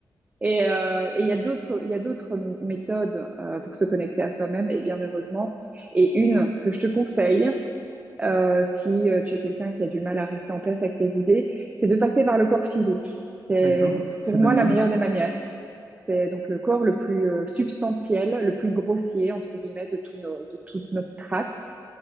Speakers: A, on the right; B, on the right.
A: Et euh, et il y a d'autres, il y a d'autres méthodes euh, pour se connecter à soi-même et bien heureusement. Et une que je te conseille, euh, si euh, tu es quelqu'un qui a du mal à rester en place avec tes idées, c'est de passer par le corps physique. C'est
B: D'accord. C- C'est-à-dire?
A: pour moi la meilleure des manières. C'est donc le corps le plus euh, substantiel, le plus grossier, entre guillemets, de, tous nos, de toutes nos strates,